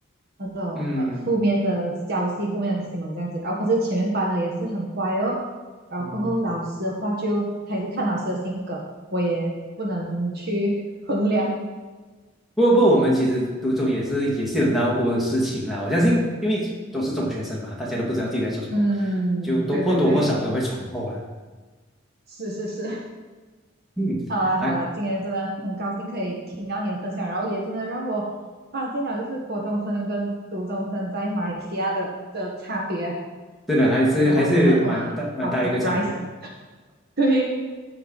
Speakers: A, on the right (about 50°); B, in the centre.
A: 那种呃负面的消息、
B: 嗯
A: 负面的新闻这样子。然后可是前面班的也是很乖哦，然后过后老师的话就还是看老师的性格，
B: 嗯，
A: 我也不能去 <laughs> 衡量。
B: 不过不过我们其实读中也是也是有闹过的事情啦。我相信，因为都是中学生嘛，大家都不知道自己在做什么，
A: 嗯，
B: 就多或多或少都会闯祸啦。
A: 对对对，<laughs> 是是是，
B: 嗯，
A: 好啦好啦，
B: 还
A: 今天真的很高兴可以听到你的分享，然后也真的让我发现了就是国中生跟读中生在马来西亚的的差别，
B: 真的还是还是蛮大蛮大一个差别的。
A: 然后真的哇，好 surprise！<laughs> 对，